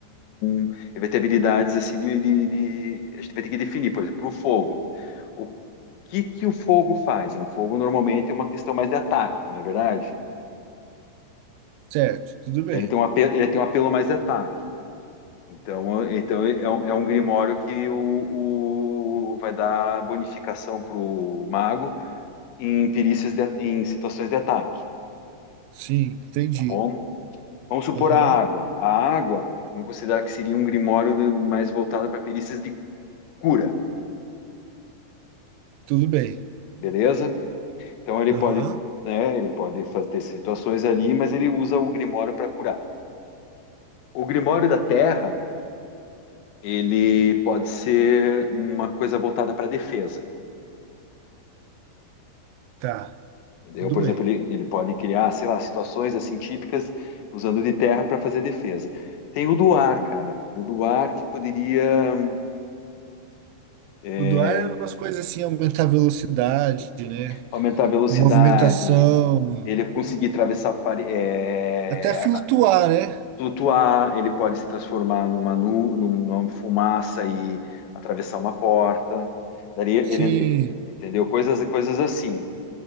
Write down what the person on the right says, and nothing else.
Certo, tudo bem.
Sim, entendi.
Aham,
tudo bem.
Aham,
tá,
tudo
bem.
O do ar é umas coisas assim, aumentar a velocidade, né?
Movimentação,
até flutuar, né?
Sim,